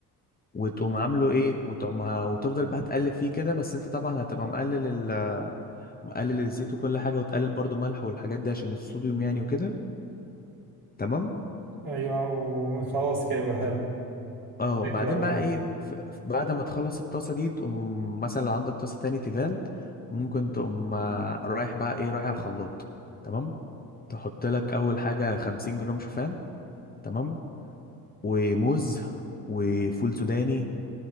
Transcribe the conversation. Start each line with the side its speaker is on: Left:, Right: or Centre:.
Left: وتقوم عامله ايه وتقوم ه- وتفضل بقى تقلب فيه كده بس انت طبعا هتبقى مقلل ال مقلل الزيت وكل حاجه وتقلل برضو ملح والحاجات دي عشان الصوديوم يعني وكده تمام
Right: ايوه وخلاص كده يبقى حلو
Left: اه وبعدين
Right: كده على
Left: بقى
Right: طول
Left: ايه ف- ف- بعد ما تخلص الطاسه دي تقوم مثلا لو عندك طاسه تاني تيفال ممكن تقوم آه، رايح بقى ايه رايح على الخلاط تمام تحط لك اول حاجه 50 جرام شوفان تمام وموز وفول سوداني